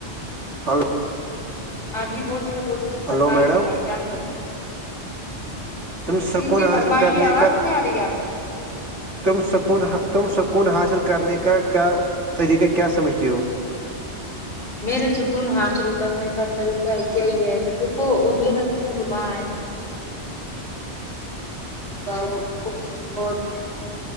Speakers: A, on the right; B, on the left.
A: ہلو <unintelligible>
B: ہاں جی بولیے بولی بس
A: ہلو
B: ہی
A: میڈم
B: ہے بھ <unintelligible>
A: تم سکون
B: جی جی
A: حاصل
B: فرمائیے
A: کرنے
B: آواز
A: کا
B: نہیں آ رہی آپ
A: تم سکون تم سکون حاصل کرنے کا کیا طریقہ کیا سمجھتی ہو
B: میرے سکون حاصل کرنے کا طریقہ یہی ہے کہ دیکھو وہ میرا سک وہاں ہے <unintelligible> ب <unintelligible>